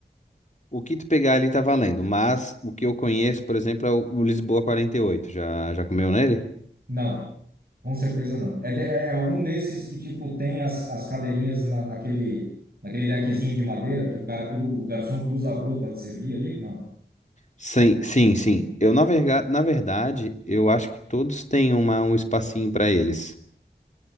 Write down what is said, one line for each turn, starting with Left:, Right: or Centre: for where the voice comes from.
Left: o que tu pegar ali tá valendo, mas o que eu conheço, por exemplo, é o, o Lisboa quarenta e oito já, já comeu nele?
Right: Não, com certeza não. É, de- é é algum desses que, tipo, tem as, as cadeirinhas na, naquele, naquele deckzinho de madeira que o cara, cru, o garçom cruza a rua para te servir ali? Não.
Left: Sim, sim, sim, eu na, verga, na verdade, eu acho que todos têm uma, um espacinho pra eles,